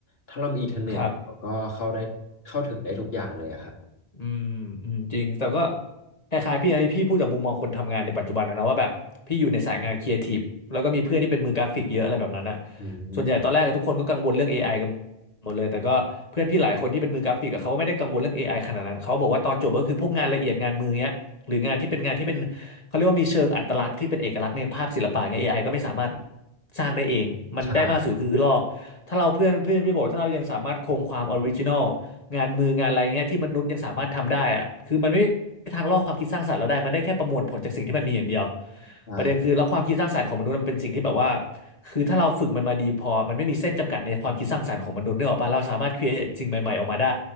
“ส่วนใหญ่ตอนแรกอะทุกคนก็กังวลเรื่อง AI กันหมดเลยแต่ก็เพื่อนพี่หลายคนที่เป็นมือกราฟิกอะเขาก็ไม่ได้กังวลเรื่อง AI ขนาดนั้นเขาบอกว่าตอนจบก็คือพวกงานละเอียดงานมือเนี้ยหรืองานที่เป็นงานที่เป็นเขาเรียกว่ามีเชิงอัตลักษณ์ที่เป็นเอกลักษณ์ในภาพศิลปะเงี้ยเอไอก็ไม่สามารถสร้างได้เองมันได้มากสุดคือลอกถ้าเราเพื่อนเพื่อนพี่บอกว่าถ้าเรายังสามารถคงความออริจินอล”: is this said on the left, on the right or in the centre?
Left